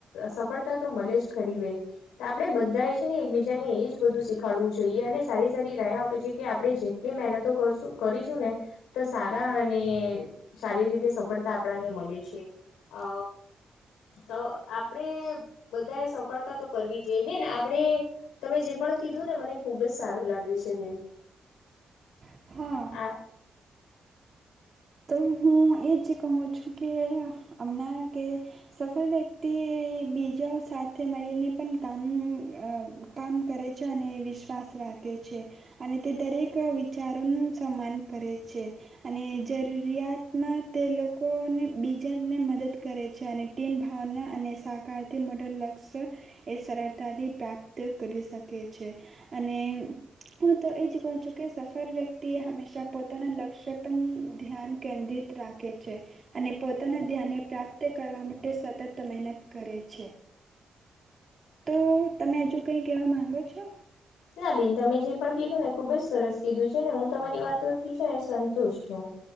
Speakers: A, on the left; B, on the right.
A: સફળતા તો મળે જ ખરી બેન તો આપડે બધા એ છે ને એકબીજા ને એજ બધું શીખાડવું જોઈએ અને સારી સારી રાહ આપ કે આપડે જેટલી મહેનતો કરશું કરીશું ને તો સારા અને સારી રીતે સફળતા આપણને મળે છે. અ. અ આપરે બધાએ સફળતા તો કરવી જોઈએ બેન આપણે તમે જે પણ કીધું ને મને ખુબ જ સારું લાગ્યું છે બેન
B: હા
A: આ
B: તો હું એ જ કહું છું કે અમણાં કે સફળ વ્યક્તિએ બીજાઓ સાથે મળીને પણ કામ અ. કામ કરે છે અને વિશ્વાસ રાખે છે. અને તે દરેક વિચારોનું સન્માન કરે છે અને જરૂરિયાતમાં તે લોકોને બી જેને મદદ કરે છે અને ટીમ ભાવના અને સહકારથી મોટો લક્ષ્ય એ સરળતાથી પ્રાપ્ત કરી શકે છે અને હું તો એ જ કહું છું કે સફર વ્યક્તિએ હંમેશા પોતાના લક્ષ્ય પણ ધ્યાન કેન્દ્રિત રાખે છે. અને પોતાના ધ્યાનને પ્રાપ્ત કરવા માટે સતત મહેનત કરે છે. તો તમે હજુ કંઈ કહેવા માગો છો?
A: ના બેન તમે જે પણ કીધું ને ખુબ જ સરસ કીધું છે ને હું તમારી વાતોથી છે ને સંતુષ્ટ હું.